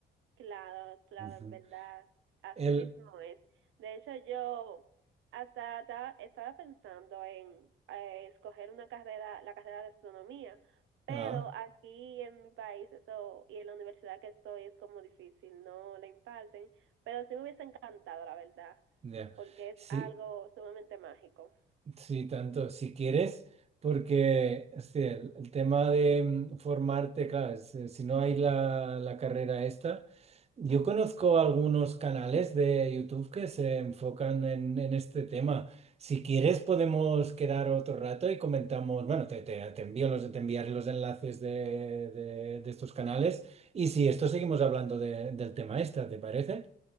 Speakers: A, on the right (about 80°); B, on the right (about 30°).
A: Claro, claro,
B: Ujú.
A: en verdad, así
B: El,
A: mismo es. De hecho, yo hasta ta- estaba pensando en eh, escoger una carrera, la carrera de astronomía, pero
B: ah,
A: aquí en mi país eso y en la universidad que estoy es como difícil, no la imparten, pero sí me hubiese encantado, la verdad,
B: ya.
A: porque es
B: Sí.
A: algo sumamente mágico.
B: Sí, tanto, si quieres, porque este, el, el tema de mm, formarte, claro, es, eh, si no hay la, la carrera esta, yo conozco algunos canales de YouTube que se enfocan en, en este tema. Si quieres, podemos quedar otro rato y comentamos, bueno, te, te, te envío los, te enviaré los enlaces de, de- de estos canales y si esto seguimos hablando de- del tema esta, ¿te parece?